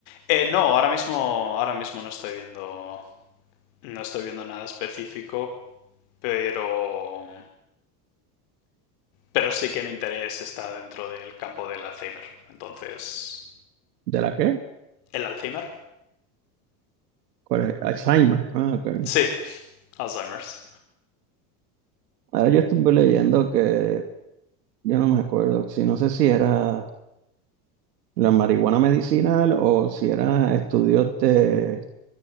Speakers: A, on the left; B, on the right.
A: Eh, no, ahora mismo, ahora mismo no estoy viendo, no estoy viendo nada específico, pero, pero sí que mi interés está dentro del campo del Alzheimer. Entonces,
B: de la qué?
A: ¿el Alzheimer?
B: ¿Cuál es? Alzheimer. Ah, ok.
A: Sí, Alzheimer's.
B: Ahora yo estuve leyendo que yo no me acuerdo, si no sé si era la marihuana medicinal o si era estudios de,